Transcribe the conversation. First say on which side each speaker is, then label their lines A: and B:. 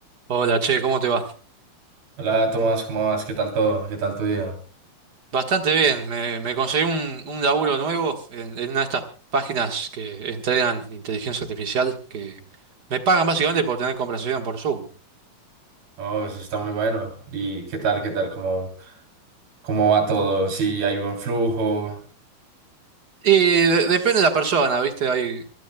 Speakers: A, on the right; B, on the right.
A: Hola, che, ¿cómo te va?
B: Hola Tomás, ¿cómo vas? ¿Qué tal todo? ¿Qué tal tu día?
A: Bastante bien, me, me conseguí un, un laburo nuevo en, en una de estas páginas que entrenan inteligencia artificial, que me pagan básicamente por tener conversación por Zoom.
B: Oh, eso está muy bueno. ¿Y qué tal? ¿Qué tal? ¿Cómo, cómo va todo? ¿Sí hay buen flujo?
A: Y de- depende de la persona, ¿viste? Hay,